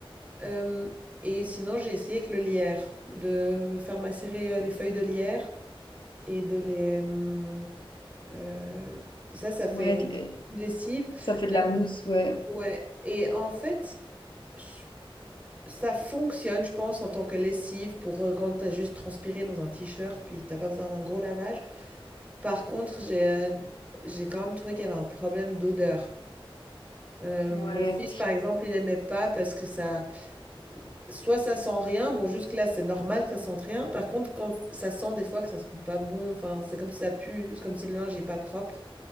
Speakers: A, on the right (about 15°); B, on the left (about 55°).
A: Euh, et sinon, j'ai essayé avec le lierre, de faire macérer euh, les feuilles de lierre et de les... euh, euh, ça, ça fait
B: Ouais,
A: une
B: de- euh,
A: lessive.
B: ça fait de
A: Alors,
B: la mousse, ouais.
A: ouais. Et en fait, je- ça fonctionne, je pense, en tant que lessive pour euh, quand tu as juste transpiré dans un t-shirt, puis t'as pas besoin d'un gros lavage. Par contre, j'ai euh, j'ai quand même trouvé qu'il y avait un problème d'odeur. Euh,
B: Ouais.
A: mon fils, par exemple, il aimait pas parce que ça... soit ça sent rien, bon jusque-là c'est normal que ça sente rien, par contre quand ça sent des fois que ça sent pas bon, enfin c'est comme si ça pue, c'est comme si le linge est pas propre,